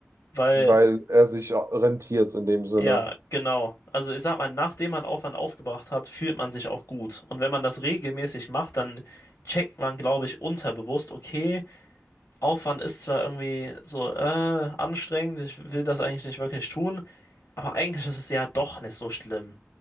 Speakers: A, on the left (about 80°); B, on the right (about 80°).
A: Weil,
B: weil er sich rentiert in dem Sinne.
A: ja, genau. Also ich sag mal, nachdem man Aufwand aufgebracht hat, fühlt man sich auch gut. Und wenn man das regelmäßig macht, dann checkt man, glaube ich, unterbewusst, okay, Aufwand ist zwar irgendwie so äh, anstrengend, ich will das eigentlich nicht wirklich tun, aber eigentlich ist es ja doch nicht so schlimm.